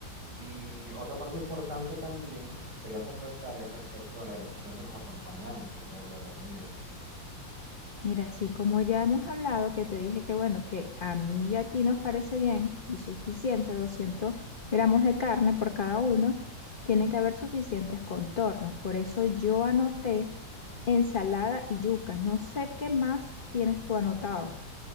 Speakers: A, on the right; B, on the left.
A: Y otra parte importante también que quería conversar es respecto a la elección de los acompañantes que va a llevar la comida.
B: Mira, sí, como ya hemos hablado, que te dije que bueno, que a mí y a ti nos parece bien y suficiente, 200 gramos de carne por cada uno, tienen que haber suficientes contornos, por eso yo anoté ensalada y yucas, no sé qué más tienes tú anotado.